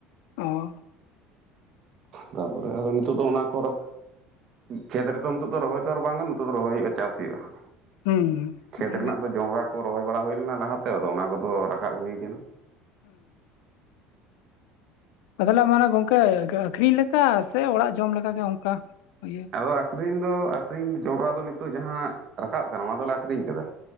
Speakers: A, on the left; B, on the right.
A: ᱚ
B: ᱛᱟᱯᱚᱨᱮ ᱟᱫᱚ ᱱᱤᱛᱚᱜ ᱫᱚ ᱚᱱᱟ ᱠᱟᱨᱮ ᱠᱷᱮᱛ ᱨᱮ ᱛᱚ ᱱᱤᱛᱚᱜ ᱫᱚ ᱨᱚᱦᱚᱭ ᱛᱚ ᱵᱟᱝ ᱜᱟᱱᱚᱜ-ᱟ ᱱᱤᱛ ᱫᱚ ᱨᱚᱦᱚᱭ ᱦᱳᱭᱳᱜᱼᱟ ᱪᱟᱹᱥ ᱦᱳᱭᱳᱜᱼᱟ᱾
A: ᱦᱩᱸ
B: ᱠᱷᱮᱛ
A: ᱦᱩᱸ
B: ᱨᱮᱱᱟᱜ ᱫᱚ ᱡᱚᱸᱱᱲᱟ ᱠᱚ ᱨᱚᱦᱚᱭ ᱵᱟᱲᱟ ᱦᱩᱭ ᱞᱮᱱᱟ ᱞᱟᱦᱟ ᱛᱮ ᱟᱫᱚ ᱚᱱᱟ ᱠᱚ ᱫᱚ ᱨᱟᱠᱟᱵ ᱦᱩᱭ ᱠᱟᱱᱟ᱾
A: ᱦᱮᱸ ᱚ ᱢᱟᱱᱮ ᱜᱚᱝᱠᱮ ᱟᱠᱷᱨᱤᱧ ᱞᱮᱫ ᱞᱮᱠᱟ ᱥᱮ ᱚᱲᱟᱜ ᱡᱚᱢ ᱞᱮᱠᱟᱜ ᱜᱮ ᱚᱱᱠᱟ ᱤᱭᱟᱹ?
B: ᱟᱫᱚ ᱟᱠᱷᱨᱤᱧ ᱫᱚ ᱟᱠᱷᱨᱤᱧ ᱡᱚᱸᱱᱰᱨᱟ ᱫᱚ ᱱᱤᱛᱚᱜ ᱡᱟᱦᱟᱸ ᱨᱟᱠᱟᱵ ᱟᱠᱟᱱᱟ ᱚᱱᱟ ᱫᱚ ᱞᱮ ᱟᱠᱷᱨᱤᱧ ᱟᱠᱟᱫᱟ᱾